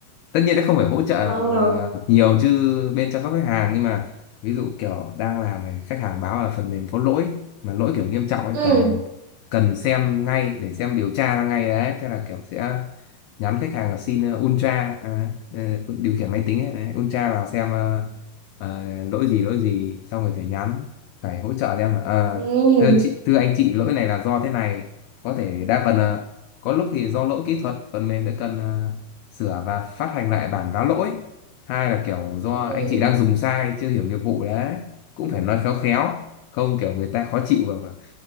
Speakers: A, on the left; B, on the right.
A: tất nhiên nó không phải hỗ trợ
B: Ờ.
A: ờ, nhiều chứ bên chăm sóc khách hàng nhưng mà ví dụ kiểu đang làm này, khách hàng báo là phần mềm có lỗi mà lỗi kiểu nghiêm trọng ấy
B: ừ
A: cần cần xem ngay để xem điều tra ra ngay đấy thế là kiểu sẽ nhắn khách hàng là xin ờ, ultra à, ờ, điều khiển máy tính ấy, đấy, ultra vào xem ờ, ờ, lỗi gì lỗi gì xong rồi phải nhắn phải hỗ trợ em là, ờ
B: ừ
A: thưa chị thưa anh chị lỗi này là do thế này có thể đa phần là có lúc thì do lỗi kỹ thuật phần mềm đã cần ờ, sửa và phát hành lại bản vá lỗi hai là kiểu do
B: ừ
A: anh chị đang dùng sai chưa hiểu nghiệp vụ đấy cũng phải nói khéo khéo không kiểu người ta khó chịu và